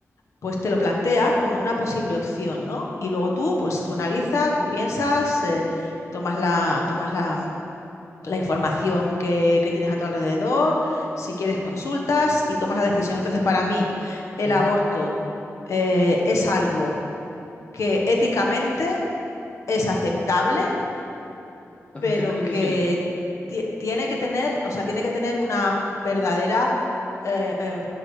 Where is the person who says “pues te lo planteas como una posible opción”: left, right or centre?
Left